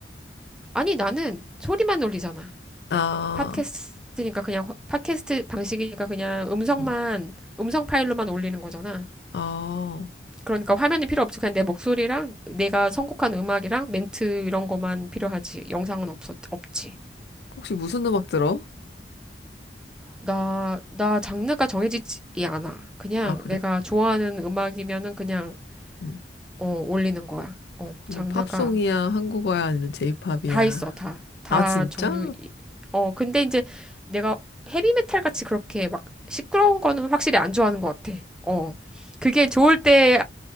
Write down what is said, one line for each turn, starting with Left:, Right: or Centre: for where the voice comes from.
Centre: 아니, 나는 소리만 올리잖아.
Left: 아,
Centre: 팟캐스트니까 그냥, 화- 팟캐스트 방식이니까 그냥 음성만,
Left: 음.
Centre: 음성 파일로만 올리는 거잖아.
Left: 아,
Centre: 그러니까 화면이 필요 없지. 그냥 내 목소리랑 내가 선곡한 음악이랑 멘트 이런 거만 필요하지. 영상은 없었, 없지.
Left: 혹시 무슨 음악 들어?
Centre: 나, 나 장르가 정해지지 않아. 그냥
Left: 아, 그래?
Centre: 내가 좋아하는 음악이면은 그냥,
Left: 음.
Centre: 어, 올리는 거야. 어,
Left: 뭐,
Centre: 장르가
Left: 팝송이야, 한국어야, 아니면 제이팝이야?
Centre: 다 있어, 다. 다
Left: 아, 진짜?
Centre: 종류, 이- 어, 근데 이제 내가 헤비메탈 같이 그렇게 막 시끄러운 거는 확실히 안 좋아하는 것 같아. 어. 그게 좋을 때